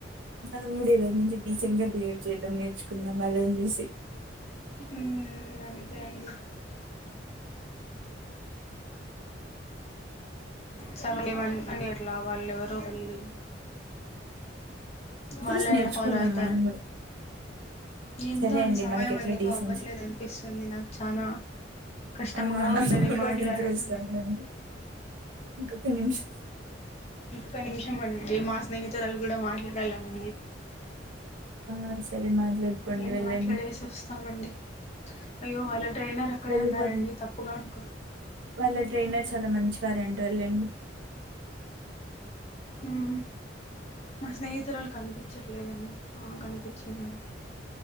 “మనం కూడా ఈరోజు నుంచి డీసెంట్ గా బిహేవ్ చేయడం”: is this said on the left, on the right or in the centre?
Right